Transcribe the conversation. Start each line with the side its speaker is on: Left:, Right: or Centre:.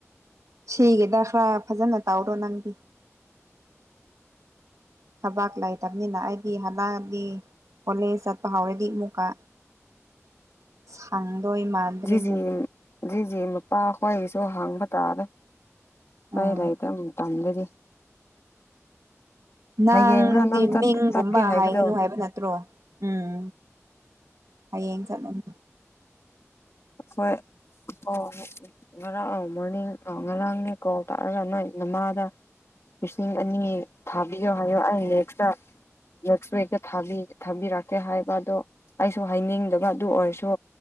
Right: ꯁꯤꯒꯤꯗ ꯈꯔ ꯐꯖꯅ ꯇꯧꯔꯣ ꯅꯪꯗꯤ ꯊꯕꯥꯛ ꯂꯩꯇꯕꯅꯤꯅ ꯑꯩꯗꯤ ꯍꯂꯛꯑꯗꯤ ꯀꯣꯂꯦꯖ ꯆꯠꯄ ꯍꯧꯥꯎꯔꯗꯤ ꯑꯃꯨꯛꯀ ꯁꯟ ꯑꯩ ꯃꯥꯟꯗꯔꯦ
Left: ꯖꯤꯖꯤ
Right: ꯃꯨꯛ
Left: ꯖꯤꯖꯤ ꯃꯄꯥꯈ꯭ꯣꯏꯒꯤꯁꯨ ꯍꯥꯡꯕ ꯇꯥꯔꯦ
Right: ꯎꯝ
Left: ꯑꯩꯈꯣꯏ ꯂꯩꯇ ꯃꯇꯝꯗꯗꯤ
Right: ꯅꯪꯗꯤ
Left: ꯍꯌꯦꯡꯔ ꯅꯪ
Right: ꯃꯤꯡꯒꯨꯝꯕ
Left: ꯆꯠꯀꯦ ꯍꯥꯏꯕꯗꯣ
Right: ꯍꯥꯏꯒꯅꯨ ꯍꯥꯏꯕ ꯅꯠꯇ꯭ꯔꯣ ꯎꯝ ꯍꯌꯦꯡ ꯆꯠꯂꯝ
Left: ꯑꯩꯈꯣꯏ ꯑꯣ ꯉꯔꯥꯡ ꯑ ꯃꯣꯔꯅꯤꯡ ꯑ ꯉꯔꯥꯡꯅꯦ ꯀꯣ ꯇꯥꯔꯒ ꯅꯣꯏ ꯅꯃꯥꯗ ꯂꯤꯁꯤꯡ ꯑꯅꯤ ꯊꯥꯕꯤꯌꯣ ꯍꯥꯏꯌꯣ ꯑꯩ ꯂꯦꯛꯁꯇ ꯅꯁꯣꯏꯒꯕꯤ ꯊꯥꯕꯤꯔꯛꯀꯦ ꯍꯥꯏꯕ ꯑꯗꯣ ꯑꯩꯁꯨ ꯍꯥꯏꯅꯤꯡꯗꯕ ꯑꯗꯨ ꯑꯣꯏꯔꯁꯨ